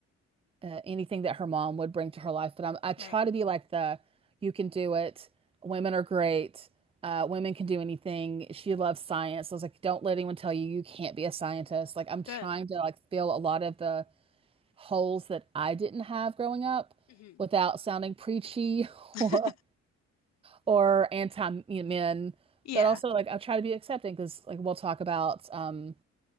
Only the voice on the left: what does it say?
Right.
Good.
hmm
<laughs>
Yeah.